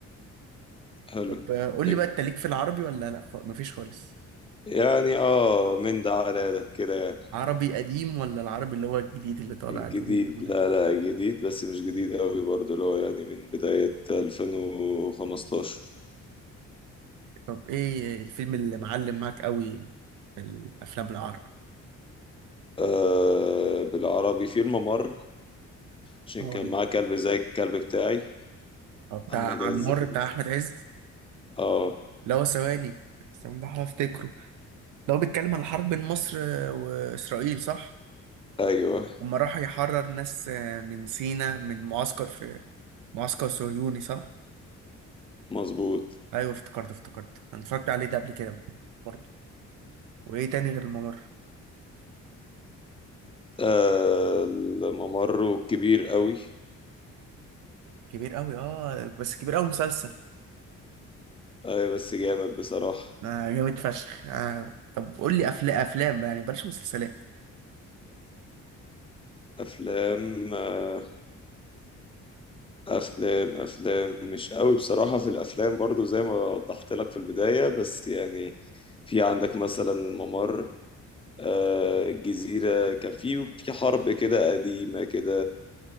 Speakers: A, on the left; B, on the right.
A: حلو
B: طب آه، قول
A: لك-
B: لي بقى انت ليك في العربي ولا لا خ... مفيش خالص
A: يعني اه من ده على ده كده يعني
B: عربي قديم ولا العربي اللي هو الجديد اللي طالع
A: الجديد
B: اليومين دول
A: لا لا جديد بس مش جديد قوي برضه اللي هو يعني من بداية 2015
B: طب ايه الفيلم اللي معلم معاك قوي في الافلام العربي
A: آه بالعربي في الممر عشان
B: اه
A: كان معاه كلب زي الكلب بتاعي
B: آه، بتاع
A: أحمد
B: عمار
A: عز في ال-
B: بتاع احمد عز
A: اه
B: اللي هو ثواني استنى بحاول افتكره ده هو بيتكلم عن الحرب بين مصر آه، واسرائيل صح
A: أيوه
B: لما راح يحرر ناس آه، من سينا من معسكر في معسكر صهيوني صح
A: مظبوط
B: ايوه افتكرت افتكرت انا اتفرجت عليه ده قبل كده برضه وايه تاني غير الممر
A: آه الممر كبير قوي
B: كبير قوي اه بس كبير قوي مسلسل
A: آه بس جامد بصراحة
B: آه جامد فشخ آه طب قول لي افلام افلام يعني بلاش مسلسلات
A: أفلام آه أفلام أفلام مش قوي بصراحة في الأفلام برضو زي ما وضحت لك في البداية بس يعني في عندك مثلا الممر آه الجزيرة كان في في حرب كده قديمة كده